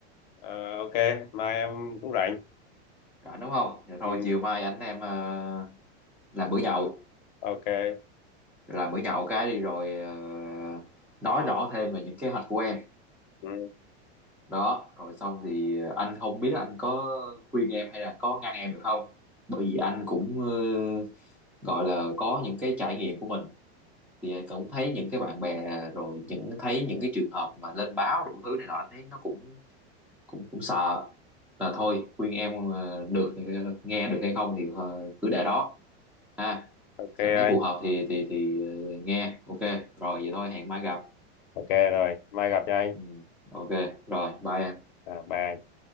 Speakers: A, on the left; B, in the centre.
A: ờ, ok, mai em cũng rảnh.
B: rảnh đúng không Vậy
A: Ừ,
B: thôi chiều mai anh em ờ, làm bữa nhậu
A: ok.
B: làm bữa nhậu cái đi rồi ờ, nói rõ thêm về những kế hoạch của em
A: Ừ,
B: đó rồi xong thì anh không biết anh có khuyên em hay là có ngăn em được không bởi vì anh cũng ờ, gọi là có những cái trải nghiệm của mình thì ờ, cũng thấy những cái bạn bè à, rồi những thấy những cái trường hợp mà lên báo đủ thứ này nọ anh thấy nó cũng cũng cũng sợ là thôi khuyên em ờ, được ờ, nghe được hay không thì ờ, cứ để đó ha
A: ok
B: cảm thấy
A: anh.
B: phù hợp thì thì thì ờ, nghe ok rồi vậy thôi hẹn mai gặp
A: Ok rồi, mai gặp nha anh.
B: ừ, ok rồi bye em
A: À, bye anh.